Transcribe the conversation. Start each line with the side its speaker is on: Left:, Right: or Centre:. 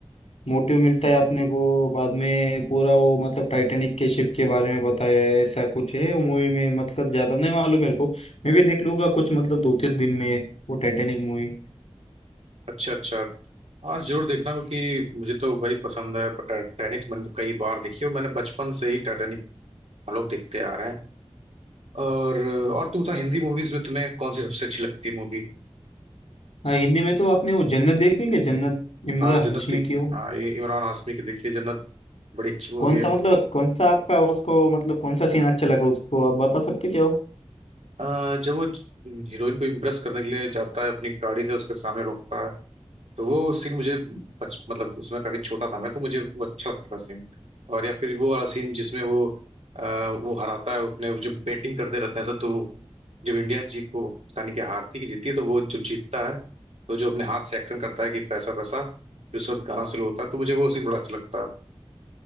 Left: मोटिव मिलता है अपने को बाद में पूरा वो मतलब टाइटैनिक के शिप के बारे में बताया है ऐसा कुछ है वो मूवी में मतलब ज्यादा नहीं मालूम मेरे को मैं भी देख लूंगा कुछ मतलब दो तीन दिन में वो टाइटैनिक मूवी
Right: अच्छा अच्छा हाँ जरूर देखना क्योंकि मुझे तो भाई पसंद है पर टाइटैनिक मैंने तो कई बार देखी है और मैंने बचपन से ही टाइटैनिक हम लोग देखते आ रहे हैं और और तुम तो हिंदी मूवीज में तुम्हें कौन सी सबसे अच्छी लगती है मूवी
Left: हाँ, हिंदी में तो आपने वो जन्नत देखी क्या जन्नत इमरान
Right: हाँ जन्नत
Left: हाशमी
Right: देख
Left: की हो
Right: हाँ इ- इमरान हाशमी की देखिए जन्नत बड़ी अच्छी मूवी
Left: कौन
Right: है
Left: सा मतलब कौन सा आपका उसको मतलब कौन सा सीन अच्छा लगा उसको आप बता सकते क्या हो
Right: अ, जब वो हीरोइन को इम्प्रेस करने के लिए जाता है अपनी गाड़ी से उसके सामने रोकता है तो वो सीन मुझे बच मतलब उसमें काफी छोटा था मैं तो मुझे वो अच्छा लगता था सीन और या फिर वो वाला सीन जिसमें वो अ, वो हराता है अपने वो जो बेटिंग करते रहते हैं सब तो जब इंडिया जीत को पता नहीं क्या हारती कि जीतती है तो वो जो जीतता है तो जो अपने हाथ से एक्शन करता है कि पैसा पैसा फिर उसके बाद गाना शुरू होता है तो मुझे वो सीन बड़ा अच्छा लगता है